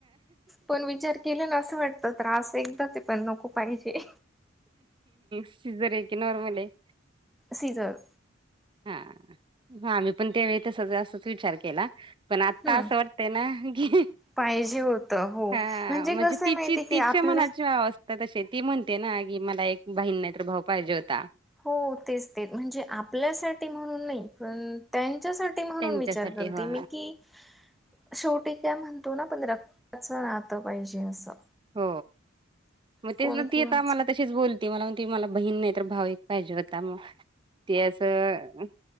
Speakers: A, in the centre; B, on the right.
A: पण विचार केले नाअसं वाटतं त्रास एकदा ते पण नको पाहिजे.
B: सिझर आहे की नॉर्मल आहे?
A: सिझर
B: हा हा मी पण त्यावेळी तसज असच विचार केला पण आता
A: हम्म.
B: असं वाटतय ना की
A: पाहिजे होतं हो
B: हा म्हणजे
A: कसं
B: तिची
A: आहे माहिती की
B: तिच्या
A: आपल्या
B: मनाची अवस्था तशी ती म्हणते ना की, मला एक बहीण नाही तर भाऊ पाहिजे होता.
A: हो तेच तेच म्हणजे आपल्यासाठी म्हणून नाही पण त्यांच्यासा ते म्हणून
B: त्यांच्यासाठी
A: विचार करते
B: हा
A: मी की शेवटी काय म्हणतो ना पण रक्ताच राहतं पाहिजे असं.
B: हो मग तेच
A: कोण
B: ना ती
A: कोणाच
B: आम्हाला तशीच बोलती मला म्हणती मला बहीण नाही तर भाऊ एक पाहिजे होता मग ते असं